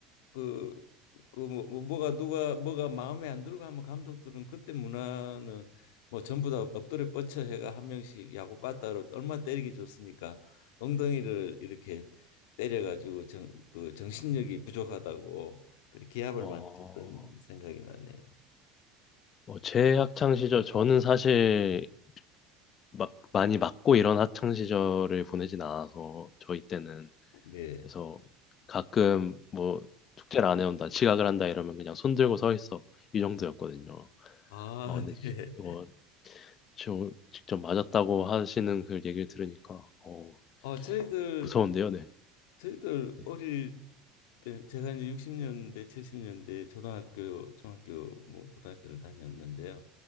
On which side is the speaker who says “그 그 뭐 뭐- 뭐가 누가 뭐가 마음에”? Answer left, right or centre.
Left